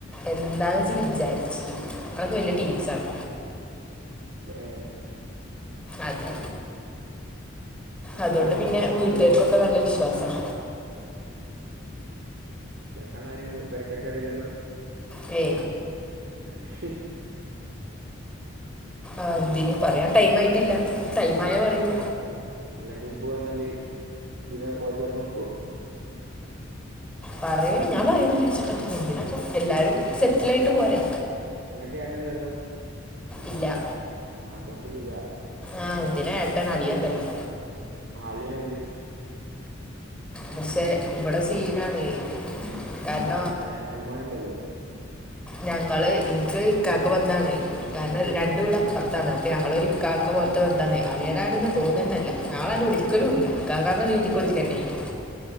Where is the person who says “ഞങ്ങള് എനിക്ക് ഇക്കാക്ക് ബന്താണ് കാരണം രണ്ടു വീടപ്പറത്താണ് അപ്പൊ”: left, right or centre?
Centre